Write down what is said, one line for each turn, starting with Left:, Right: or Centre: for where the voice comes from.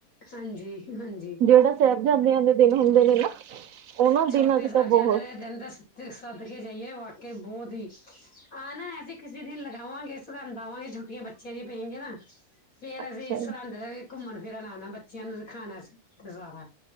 Left: ਹਾਂਜੀ-ਹਾਂਜੀ।
Right: ਜਿਹੜਾ ਸਾਹਿਬਜ਼ਾਦਿਆਂ ਦੇ ਦਿਨ ਹੁੰਦੇ ਨੇ ਨਾ ਉਹਨਾਂ
Left: ਛੋਟੇ
Right: ਦਿਨਾਂ ਚ
Left: ਸਾਹਿਬਜਾਦਿਆਂ
Right: ਤਾਂ ਬਹੁਤ
Left: ਦੇ ਦਿਨ ਦਸ ਸੱਦ ਕੇ ਜਾਈਏ ਵਾਕਈ ਬਹੁਤ ਈ, ਆਹ ਨਾ ਐਸੀ ਕਿਸੇ ਦਿਨ ਲਗਾਵਾਂਗੇ ਸਰੰਦ ਆਵਾਂਗੇ ਛੁੱਟੀਆਂ ਬੱਚਿਆਂ ਦੀਆਂ ਪੈਣਗੀਆਂ ਨਾ, ਫੇਰ
Right: ਅੱਛਾ
Left: ਅਸੀਂ ਸਰੰ
Right: ਜੀ
Left: ਦ ਘੁੰਮਣ-ਫਿਰਨ ਆਉਣਾ ਬੱਚਿਆਂ ਨੂੰ ਦਖਾਨਾ ਸਾਰਾ।